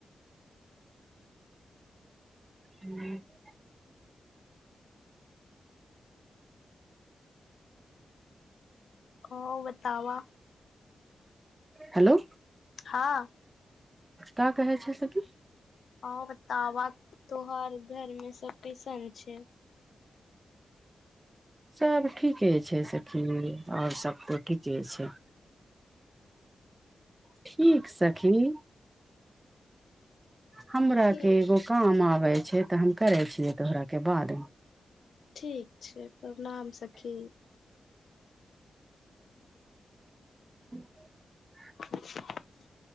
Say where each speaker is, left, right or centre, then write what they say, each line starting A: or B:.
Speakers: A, on the right; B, on the left.
A: <unintelligible>
B: ओ बतावऽ
A: हेलो
B: हँ
A: का कहै छ सखी
B: आ बताब तोहार घर मे सब कैसन छै
A: सब ठीके छै सखी ओर सबको ठीके छै ठीक सखी हमरा
B: ठीक
A: के एगो काम आबै छै तऽ हम करे छियै तोहरा के बादमे
B: ठीक छै प्रणाम सखी
A: <inaudible>
B: <inaudible>